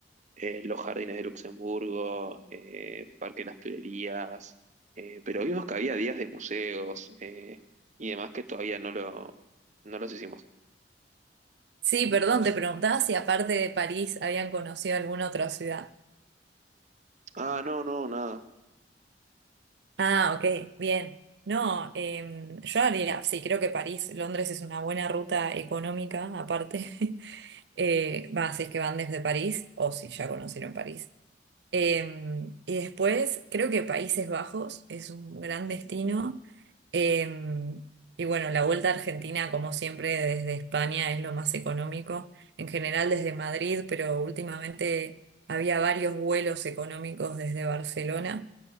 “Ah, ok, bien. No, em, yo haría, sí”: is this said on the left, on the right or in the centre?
Right